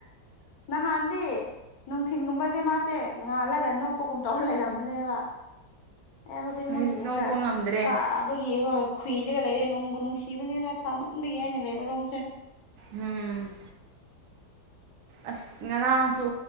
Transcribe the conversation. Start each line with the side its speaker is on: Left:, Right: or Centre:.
Left: ꯅꯍꯥꯟꯗꯤ ꯅꯨꯡꯊꯤꯟꯒꯨꯝꯕꯁꯦ ꯃꯥ ꯁꯦ ꯉꯥꯜꯂꯒ ꯅꯣꯛꯄꯒꯨꯝ ꯇꯧꯔ ꯂꯩꯔꯝꯕꯅꯦꯕ ꯑꯦ ꯍꯧꯖꯤꯛ
Right: ꯅꯨꯃꯤꯠꯁꯨ
Left: ꯃꯨꯛꯌꯦꯡꯒ
Right: ꯅꯣꯛꯄ ꯉꯝꯗ꯭ꯔꯦ
Left: ꯁꯥꯕꯒꯤ ꯍꯣꯏ ꯈꯨꯨꯏꯔꯒ ꯂꯩꯔꯦ ꯅꯅꯨꯡꯕꯨ ꯅꯨꯡꯁꯤꯕꯅꯦꯗ ꯁꯥꯃꯟꯕꯒꯤꯦ ꯍꯥꯏꯅ ꯂꯩꯕꯔꯣꯝꯁꯦ
Right: ꯎꯝ ꯑꯁ ꯉꯔꯥꯡꯁꯨ